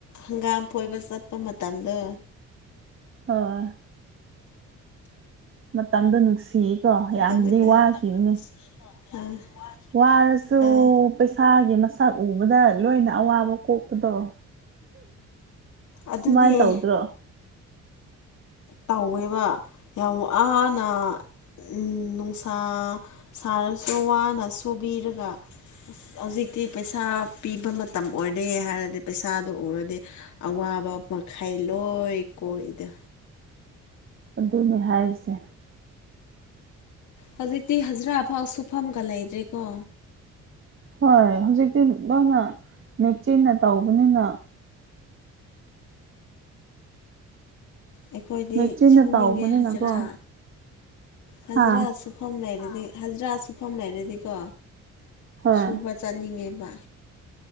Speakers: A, on the left (about 70°); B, on the right (about 40°).
A: ꯍꯪꯒꯥꯝ ꯐꯣꯏꯕ ꯆꯠꯄ ꯃꯇꯝꯗꯣ
B: ꯍꯣꯏ ꯃꯇꯝꯗꯣ ꯅꯨꯡꯁꯤꯌꯦꯀꯣ
A: ꯑꯗꯨꯒꯗ
B: ꯌꯥꯝꯗꯤ ꯋꯥꯈꯤꯕꯅꯦ
A: ꯑꯥ
B: ꯋꯥꯔꯁꯨ
A: ꯑꯥ
B: ꯄꯩꯁꯥꯒꯤ ꯃꯁꯛ ꯎꯕꯗ ꯂꯣꯏꯅ ꯑꯋꯥꯕ ꯀꯣꯛ ꯄꯗꯣ
A: ꯑꯗꯨꯅꯦ
B: ꯗꯨꯃꯥꯏ ꯇꯧꯗ꯭ꯔꯣ
A: ꯇꯧꯋꯦꯕ ꯌꯥꯝ ꯋꯥꯅ ꯎ ꯅꯨꯡꯁꯥ ꯁꯥꯔꯁꯨ ꯋꯥꯅ ꯁꯨꯕꯤꯔꯒ ꯑꯁ ꯍꯧꯖꯤꯛꯇꯤ ꯄꯩꯁꯥ ꯄꯤꯕ ꯃꯇꯝ ꯑꯣꯏꯔꯦ ꯍꯥꯏꯔꯗꯤ ꯄꯩꯁꯥꯗꯨ ꯎꯔꯗꯤ ꯑꯋꯥꯕ ꯃꯈꯩ ꯂꯣꯏ ꯀꯣꯛꯏꯗ
B: ꯑꯗꯨꯅꯤ ꯍꯥꯏꯔꯤꯁꯦ
A: ꯍꯧꯖꯤꯛꯇꯤ ꯍꯖꯤꯔꯥꯐꯥꯎ ꯁꯨꯐꯝꯒ ꯂꯩꯇ꯭ꯔꯦꯀꯣ
B: ꯍꯣꯏ ꯍꯧꯖꯤꯛꯇꯤ ꯂꯣꯏꯅ ꯃꯦꯆꯤꯟꯅ ꯇꯧꯕꯅꯤꯅ
A: ꯑꯩꯈꯣꯏꯗꯤ
B: ꯃꯦꯆꯤꯟꯅ
A: ꯁꯨꯅꯤꯡꯉꯦ
B: ꯇꯧꯕꯅꯤꯅꯀꯣ
A: ꯍꯥꯖꯤꯔꯥ ꯍꯖꯔꯥ
B: ꯍꯥ
A: ꯁꯨꯐꯝ ꯂꯩꯔꯗꯤ ꯍꯖꯔꯥ ꯁꯨꯐꯝ ꯂꯩꯔꯗꯤꯀꯣ
B: ꯍꯣꯏ
A: ꯁꯨꯕ ꯆꯠꯅꯤꯡꯉꯦꯕ